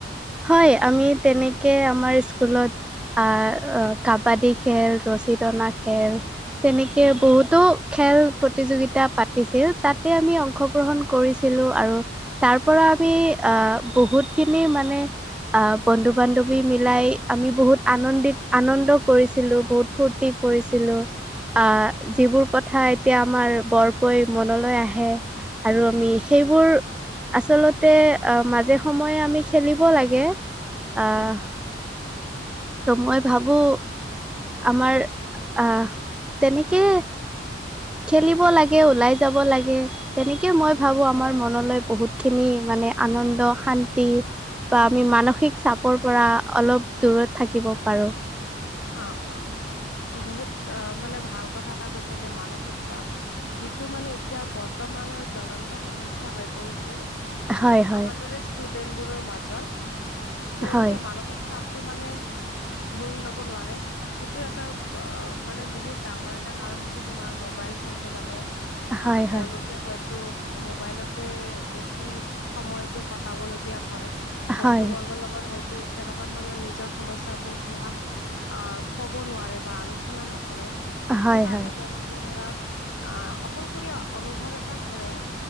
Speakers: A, in the centre; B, on the left (about 85°).
A: হয়, আমি তেনেকে আমাৰ স্কুলত আহ, আ কাবাডী খেল, ৰছী টনা খেল তেনেকে
B: উম
A: বহুত ত', খেল প্ৰতিযোগিতা পাতিছিল তাতে আমি অংশগ্ৰহণ কৰিছিলোঁ আৰু তাৰ পৰা আমি, আ, বহুত খিনি মানে আ, বন্ধু বান্ধৱী মিলাই আমি বহুত আনন্দিত আনন্দ কৰিছিলোঁবহুত ফুৰ্ট ৰ্টি কৰিছিলোঁ। আ,
B: উম
A: যিবোৰ কথা এতিয়া আমাৰ বৰকৈ মনলৈ আহে আৰু আমি সেইবোৰ আচলতে আ, মাজে সময়ে আমি খেলিব লাগে। আহ
B: হোম, হোম
A: ত' মই ভাবো আমাৰ আ, তেনেকে খেলিব লাগে, উলায় যাব লাগে। তেনেকে মই
B: উম
A: ভাবো,
B: হুম
A: আমাৰ মনলৈ বহুত খিনি মানে আনন্দ শান্তি বা আমি মানসিক চাপৰ পৰা অলপ দূৰত থাকিব পাৰো।
B: অ', অ' বহুত আহ মানে ভাল কথা এটা কৈছা যে মানসিক চাপ যিটো মানে এতিয়া বৰ্তমানৰ জ্বলন্ত সমস্যা হৈ পৰিছে
A: হয়
B: আহ
A: হয়
B: আমাৰ দৰে ষ্টুডেন্ট বোৰৰ মাজত তেওঁলোকে
A: হয়
B: মানসিক চাপ টো মানে, ধৰি ল'ব নোৱাৰে। সেইটোৰ এটা অ' মানে বহুত ডাঙৰ এটা কাৰণ হৈছে তোমাৰ মোবাইল ফোনটো মানে
A: হয়
B: অ' তেওঁলোক
A: হয়
B: কে হয়তো মোবাইলতে বেছি সময়টো কটাব লগীয়া হয়। বন্ধুবৰ্গৰ
A: হয়
B: লগত হয়তো তেনেকুৱা ধৰণৰ নিজৰ সমস্যাবোৰ ধৰা অ' ক'ব নোৱাৰে বা আলোচনা নকৰে, সেইটো
A: হয়
B: কাৰণেও
A: হয়
B: তেওঁলোক তেনেকে ধৰা, আহ অকলশৰীয়া অনুভৱ এটা কৰে।